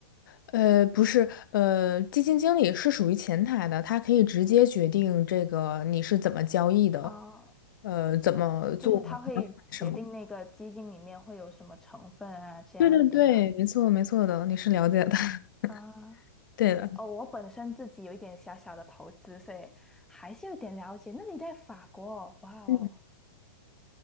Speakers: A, on the left (about 65°); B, in the centre.
A: 呃，不是，呃，基金经理是属于前台的，他可以直接决定这个你是怎么交易的，
B: 哦，
A: 呃，怎么做。
B: 就是他会决定那个基金里面会有什么成分啊，
A: 什么。
B: 这样的，
A: 对对对，
B: 对吗？
A: 没错没错的，你是了解的，<laughs>
B: 啊、
A: 对的，
B: 哦，我本身自己有一点小小的投资，所以还是有点了解。那你在法国，哇哦，
A: 嗯，